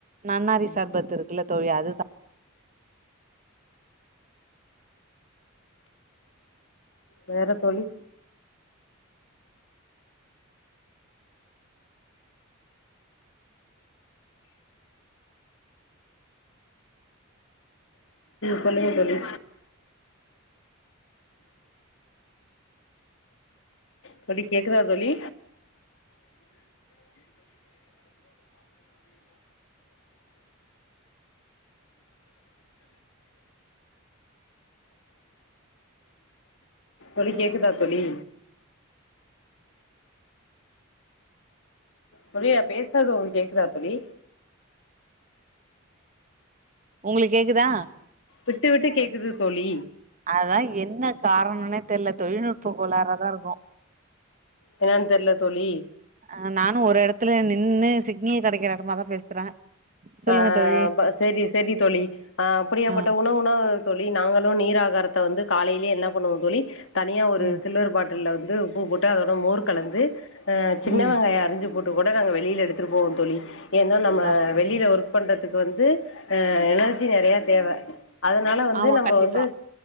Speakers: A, on the right; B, on the left.
A: நன்னாரி
B: ம்
A: சர்பத்து இருக்குல தோழி அது தா
B: வேற தோழி சொல்லுங்க தோழி தோழி கேக்குதா தோழி தோழி கேக்குதா தோழி தோழி நா பேசுறது உங்களுக்கு கேக்குதா தோழி
A: உங்களுக்கு கேக்குதா
B: விட்டு விட்டு கேக்குது தோழி
A: அதான் என்ன காரணன்னே தெல்ல தொழில்நுட்பக்கோளறாதா இருக்கு
B: என்னன்னு தெர்ல தோழி
A: அ நானு ஒரு எடத்துல நின்னு சிக்னல் கிடைக்கிற இடமா தா பேசுறே சொல்லுங்க
B: ஆ
A: தோழி
B: சரி செரி தொழி ஆ அப்டியாபட்ட
A: ஆ
B: உணவுனா தோழி நாங்களு நீர் ஆகார வந்து காலையிலேயே என்ன பண்ணுவோ தோழி தனியா ஒரு
A: ம்
B: சில்வர் பாட்டில்ல வந்து உப்பு போட்டு அதோட மோர் கலந்து அ சின்ன
A: ம்
B: வெங்காயோ அரிஞ்சு போட்டு கூட நாங்க வெளியில எடுத்துட்டு போவோ தோழி ஏன்னா நம்ம
A: அப்டியா
B: வெளியில ஒர்க்பன்றது பன்றதுக்கு வந்து அ எனர்ஜி நெறைய தேவ அதனால வந்து
A: ஆமா
B: நம்ம
A: கண்டிப்பா
B: வந்து